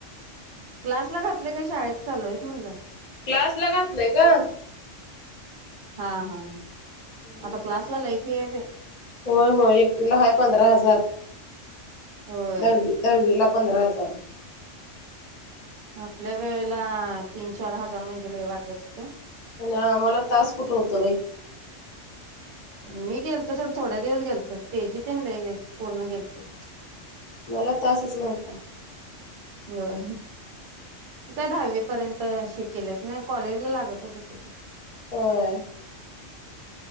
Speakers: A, on the right; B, on the left.
A: क्लास ला घातलंय काय शाळेत चालूय म्हटलं
B: क्लास ला घातलंय क
A: हा हा हा
B: हम्म
A: आता क्लासला लई फी आहे बाई.
B: होय होय एकटीला हाय पंधरा हजार
A: होय
B: दहावी दहावी ला पंधरा हजार आहे
A: आपल्या वेळेला तीन चार हजार म्हणजे लई वाटच होत
B: आम्हाला तास कुठं होत बाई
A: मी गेलतो सोड थोड्या दिवस गेल तर तेजी ते पूर्ण गेल तीत
B: मला तासच नव्हता
A: होय तू काय दहावी पर्यंत शि केल्यास नाही कॉलेजला लागतच होते की
B: होय